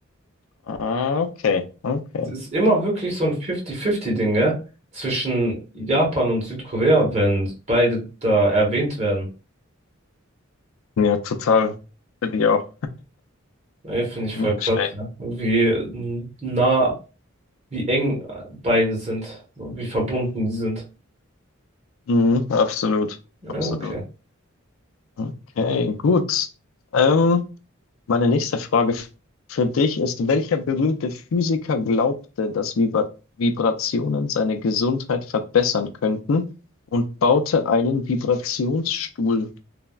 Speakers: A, on the left (about 70°); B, on the right (about 30°).
A: Ah, okay, okay.
B: Es ist immer wirklich so ein 50-50-Ding, gell? Zwischen Japan und Südkorea, wenn beide da erwähnt werden.
A: Ja, total. Finde ich auch
B: Ey, Finde ich
A: nicht
B: voll krass,
A: schlecht.
B: ja. Wie nah, wie eng beide sind, wie verbunden die sind.
A: Mhm, absolut,
B: Ja,
A: absolut.
B: okay.
A: Okay, gut. Ähm, Meine nächste Frage für dich ist, welcher berühmte Physiker glaubte, dass Vibra Vibrationen seine Gesundheit verbessern könnten und baute einen Vibrationsstuhl?